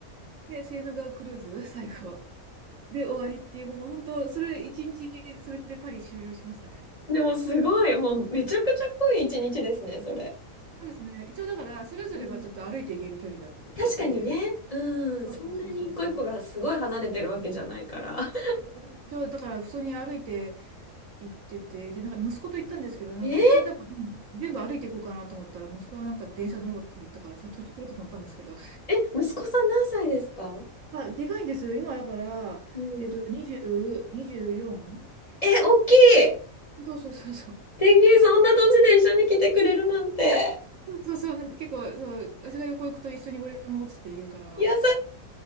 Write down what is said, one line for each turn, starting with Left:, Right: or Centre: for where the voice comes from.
Right: で、セーヌ川クルーズ、<laughs> 最後。で、終わりっていう、もう本当、それ、一日、それでパリ周遊しましたね。
Left: でもすごい、もうめちゃくちゃ濃い一日ですね、それ。
Right: そうですね。一応、だから、それぞれはちょっと歩いていける距離だったので、
Left: うん、確かにね、
Right: まあ、
Left: うん、
Right: そうそうそうそうそう。
Left: そんなに一個一個がすごい離れてるわけじゃないから。<laughs>
Right: そうそうそう一応だから、普通に歩いて行ってて、で、なんか息子と行ったんですけど、なんか、
Left: えー、
Right: 私はでも、うん全部歩いていこうかなと思ったら、息子はなんか電車乗ろうって言ったから、さ、途中からちょっと乗ったんですけど、
Left: え、息子さん何歳ですか
Right: <laughs> まあ、でかいんですよ。今、だから、
Left: うん。
Right: えっと、20、24?
Left: え、大きい
Right: そうそうそうそう。
Left: 天気そんな年で一緒に来てくれるなんて、
Right: そうそう、なん結構、そう、私が旅行行くと一緒に俺もっつって言うから、
Left: 優し